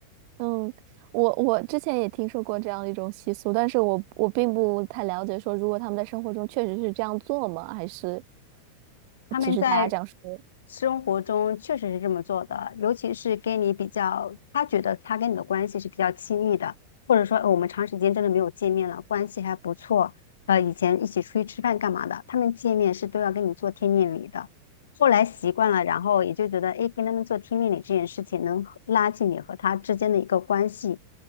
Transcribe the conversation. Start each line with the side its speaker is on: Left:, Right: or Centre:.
Right: 嗯，我我之前也听说过这样的一种习俗，但是我我并不太了解，说如果他们在生活中确实是这样做吗？还是
Left: 他们在
Right: 只是大家这样说？
Left: 生活中确实是这么做的，尤其是跟你比较，他觉得他跟你的关系是比较亲密的，或者说，呃我们长时间真的没有见面了，关系还不错，呃，以前一起出去吃饭干嘛的，他们见面是都要跟你做贴面礼的。后来习惯了，然后也就觉得，哎，跟他们做贴面礼这件事情能和拉近你和他之间的一个关系。